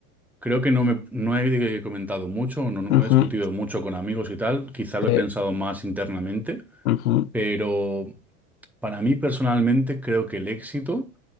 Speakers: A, in the centre; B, on the left.
A: creo que no me, no he comentado mucho, no, no
B: Ujú,
A: he discutido mucho con amigos y tal, quizá
B: sí,
A: lo he pensado más internamente,
B: ujú,
A: pero para mí personalmente creo que el éxito